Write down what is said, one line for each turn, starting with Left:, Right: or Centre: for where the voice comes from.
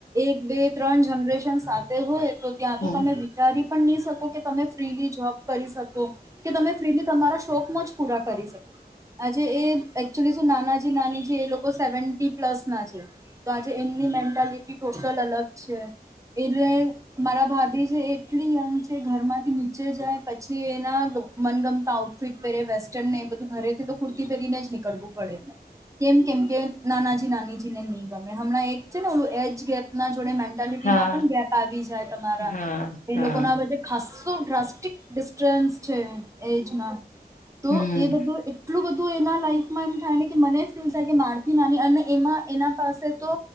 Right: એક બે ત્રણ જનરેશન સાથે હોય તો ત્યાં
Left: હમ.
Right: તો તમે તારી પણ નહી શકો કે તમે ફ્રીલી જોબ કરી શકો. કે તમે ફ્રીલી તમારા શોક- મોજ પૂરા કરી શકો. આજે એ એકચુલી શું નાના જી નાની જી એ લોકો સેવનટિ પ્લસ ના છે. તો આજે એમની મેન્ટાલિટી ટોટલ અલગ છે. એટલે મારા ભાભી જે એટલી યંગ છે. ઘર માંથી નીચે જાય પછી એના મનગમતા ફિટ પહેરે વેસ્ટર્ન ને એ બધું ઘરેથી તો કુર્તી પહેરીને નીકળવું પડે એને. કેમ કેમ કે નાનાજી નાનીજી ને નહીં ગમે હમણાં એક છે ને ઓલું એજ ગેપ ના જોડે મેન. ખરીદી
Left: હા
Right: માં પણ ગેપ આવી જાય તમારા.
Left: હા
Right: એ
Left: હા
Right: લોકો ના વચ્ચે ખાસ્સું ડ્રાફ્ટિક ડિસ્ટન્સ છે એજમાં. તો
Left: હમ
Right: એ બધું. એટલું બધું એના લાઈફમાં એમ થાયને કે મને ફીલ થાય કે મારથી નાની અને એમાં એના પાસે તો.